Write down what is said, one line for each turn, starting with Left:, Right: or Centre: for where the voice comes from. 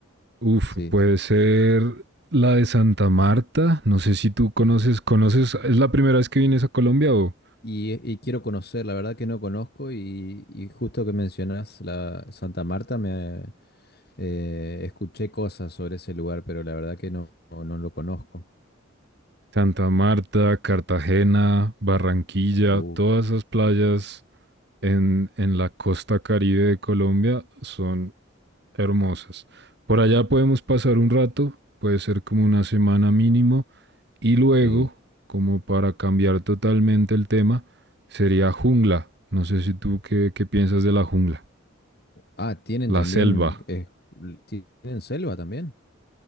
Right: Uf,
Left: Sí.
Right: puede ser la de Santa Marta. No sé si tú conoces, conoces, ¿es la primera vez que vienes a Colombia o?
Left: Y, y quiero conocer, la verdad que no conozco y, y justo que mencionas la Santa Marta, me eh, escuché cosas sobre ese lugar, pero la verdad que no, no, no lo conozco.
Right: Santa Marta, Cartagena, Barranquilla,
Left: Uh,
Right: todas esas playas en, en la costa caribe de Colombia son hermosas. Por allá podemos pasar un rato, puede ser como una semana mínimo, y luego,
Left: sí.
Right: como para cambiar totalmente el tema, sería jungla. No sé si tú qué, qué piensas de la jungla,
Left: Ah, tienen
Right: la
Left: también,
Right: selva.
Left: eh, tienen selva también.